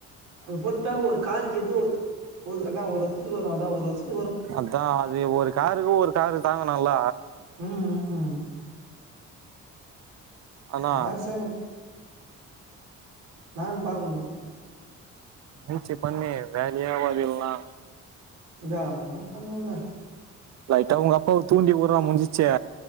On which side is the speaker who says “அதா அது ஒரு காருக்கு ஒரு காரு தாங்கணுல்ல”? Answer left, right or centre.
Right